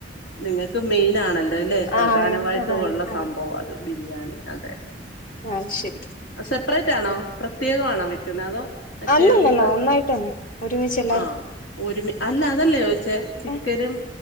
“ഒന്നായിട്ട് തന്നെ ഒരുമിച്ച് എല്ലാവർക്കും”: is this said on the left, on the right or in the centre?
Left